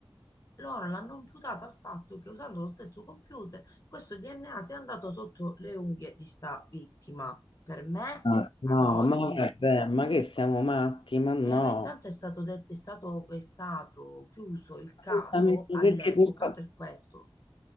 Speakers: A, on the left; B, on the left.
A: loro l'hanno imputato al fatto che usando lo stesso computer questo DNA sia andato sotto le unghie di sta vittima. Per me,
B: Ah, No,
A: ad oggi,
B: ma vabbè, ma che siamo matti? Ma no,
A: eh, ma intanto è stato detto, è stato, è stato chiuso il caso
B: Scusami, perché
A: all'epoca
B: colpa...
A: per questo.